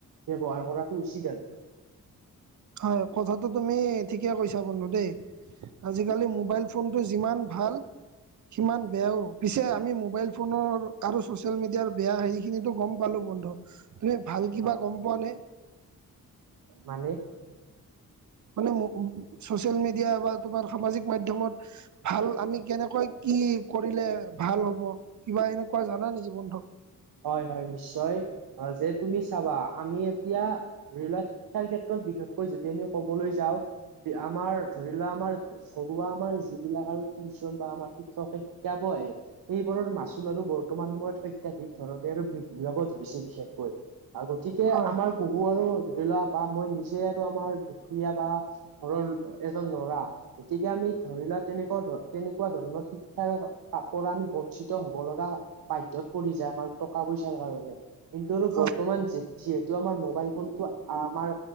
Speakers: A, on the right (about 80°); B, on the right (about 60°).
A: ব্যৱহাৰ কৰাটো উচিত আৰু
B: হয় কথাটো তুমি ঠিকে কৈছা বন্ধু দেই আজিকালি মোবাইল ফোনটো যিমান ভাল সিমান বেয়াও পিছে আমি মোবাইল ফোনৰ আৰু চচিয়েল মিডিয়াৰ বেয়া হেৰি খিনিতো গম পালো বন্ধু তুমি ভাল কিবা
A: হয়
B: গম পোৱা নে
A: মানে
B: মানে উ ছচিয়েল মিডিয়া বা তোমাৰ সামাজিক মাধ্যমত ভাল আমি কেনেকৈ কি কৰিলে ভাল হ'ব। কিবা এনেকুৱা জানা নেকি বন্ধুক
A: হয় হয় নিশ্চয় যে তুমি চাবা আমি এতিয়া ধৰি লোৱা খেল ক্ষেত্ৰত বিশেষকৈ যদি আমি কবলৈ যাওঁ আমাৰ ধৰি লোৱা আমাৰ ঘৰুৱা আমাৰ যিবিলাক আৰু টিউচন বা আমাৰ শিক্ষকে শিকাব আহে এইবোৰৰ মাচুল আৰু বৰ্তমান সময়ত অত্যাধিক ধৰণে আৰু বৃদ্ধি পাব ধৰিছে বিশেষকৈ গতিকে
B: হয়
A: আমাৰ বহু আৰু ধৰি লোৱা বা মই নিজে আৰু আমাৰ দুখীয়া বা ঘৰৰ এজন ল'ৰা গতিকে আমি ধৰি লোৱা তেনেকুৱা ধ তেনেকুৱা ধৰণৰ শিক্ষাৰ পৰা আমি বঞ্চিত হব লগা বাধ্যত পৰি যায় আমাৰ টকা পইচাৰ কাৰণে কিন্তু আৰু
B: হয়
A: বৰ্তমান যে যিহেতু আমাৰ মোবাইল ফোনটো আমাৰ